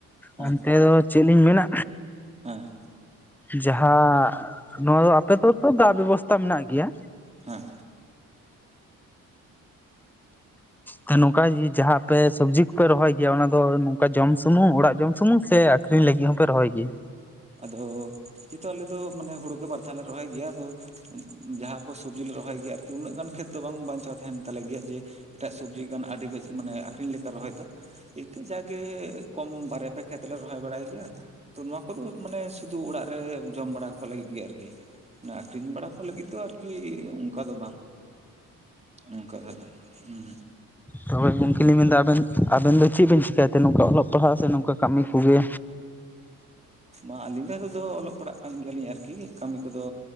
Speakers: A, on the right; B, in the centre.
A: ᱦᱮᱸ
B: ᱚᱱᱛᱮ ᱫᱚ ᱪᱮᱫ ᱞᱤᱧ ᱢᱮᱱᱟ,
A: ᱦᱮᱸ᱾
B: ᱡᱟᱦᱟᱸ ᱱᱚᱣᱟ ᱫᱚ ᱟᱯᱮ ᱫᱚ ᱛᱚ ᱫᱟᱜ ᱵᱮᱵᱚᱥᱛᱛᱟ ᱢᱮᱱᱟᱜ ᱜᱮᱭᱟ,
A: ᱦᱮᱸ᱾
B: ᱛᱟᱦᱮᱸᱱ ᱱᱚᱝᱠᱟ ᱡᱟᱦᱟᱸ ᱟᱯᱮ ᱥᱚᱵᱽᱡᱤ ᱠᱚᱯᱮ ᱨᱚᱦᱚᱭ ᱜᱮᱭᱟ ᱚᱱᱟ ᱫᱚ ᱱᱚᱝᱠᱟ ᱡᱚᱢ ᱥᱩᱢᱩᱢ ᱚᱲᱟᱜ ᱡᱚᱢ ᱥᱩᱢᱩᱝ ᱥᱮ ᱟᱠᱷᱨᱤᱧ ᱞᱟᱹᱜᱤᱫ ᱦᱚᱸ ᱯᱮ ᱨᱚᱦᱚᱭ ᱜᱮᱭᱟ?
A: ᱟᱫᱚ ᱱᱤᱛᱚᱜ ᱟᱞᱮ ᱫᱚ ᱢᱟᱱᱮ ᱦᱳᱲᱳ ᱜᱮ ᱵᱟᱨ ᱫᱷᱟᱣᱞᱮ ᱨᱚᱦᱚᱭ ᱜᱮᱭᱟ ᱟᱫᱚ ᱡᱟᱦᱟᱸ ᱠᱚ ᱥᱚᱵᱽᱡᱤ ᱞᱮ ᱨᱚᱦᱚᱭ ᱜᱮᱭᱟ ᱟᱨᱠᱤ ᱩᱱᱟᱹᱜ ᱜᱟᱱ ᱠᱷᱮᱛ ᱫᱚ ᱵᱟᱝ ᱵᱟᱧᱪᱟᱣ ᱛᱟᱦᱮᱸᱱ ᱛᱟᱞᱮ ᱜᱮᱭᱟ ᱡᱮ ᱮᱴᱟᱜ ᱥᱚᱵᱽᱡᱤ ᱜᱟᱱ ᱟᱹᱰᱤ <unintelligible> ᱢᱟᱱᱮ ᱟᱠᱷᱨᱤᱧ ᱞᱮᱠᱟ ᱨᱚᱦᱚᱭ ᱫᱚ ᱤᱝᱠᱟᱹ ᱡᱟᱜᱜᱮ ᱠᱚᱢ ᱵᱟᱨᱭᱟ ᱯᱮᱭᱟ ᱠᱷᱮᱛ ᱞᱮ ᱨᱚᱦᱚᱭ ᱵᱟᱲᱟᱭ ᱜᱮᱭᱟ, ᱛᱚ ᱱᱚᱣᱟ ᱠᱚᱫᱚ ᱢᱟᱱᱮ ᱥᱩᱫᱷᱩ ᱚᱲᱟᱜ ᱨᱮ ᱡᱚᱢ ᱵᱟᱲᱟ ᱠᱚ ᱞᱟᱹᱜᱤᱫ ᱜᱮ ᱟᱨᱠᱤ, ᱢᱟᱱᱮ ᱟᱠᱷᱨᱤᱧ ᱵᱟᱲᱟ ᱠᱚ ᱞᱟᱹᱜᱤᱫ ᱫᱚ ᱟᱨ ᱠᱤ ᱚᱝᱠᱟ ᱫᱚ ᱵᱟᱝ᱾ ᱚᱝᱠᱟ ᱫᱷᱟᱨᱟ ᱦᱩᱸ᱾
B: ᱛᱚᱵᱮ ᱜᱚᱝᱠᱮ ᱞᱤᱧ ᱢᱮᱱᱫᱟ ᱟᱵᱮᱱ, ᱟᱵᱮᱱ ᱫᱚ ᱪᱮᱫ ᱵᱮᱱ ᱪᱤᱠᱟᱭᱛᱮ ᱱᱚᱝᱠᱟ ᱚᱞᱚᱜ ᱯᱟᱲᱦᱟᱜ ᱥᱮ ᱱᱚᱝᱠᱟ ᱠᱟᱹᱢᱤ ᱠᱚᱜᱮ?
A: ᱢᱟ ᱟᱹᱞᱤᱧ ᱫᱚ ᱦᱮᱛᱚᱜ ᱫᱚ ᱚᱞᱚᱜ ᱯᱟᱲᱦᱟᱜ ᱠᱟᱱ ᱜᱮᱭᱟᱞᱤᱧ ᱟᱨᱠᱤ ᱠᱟᱹᱢᱤ ᱠᱚᱫᱚ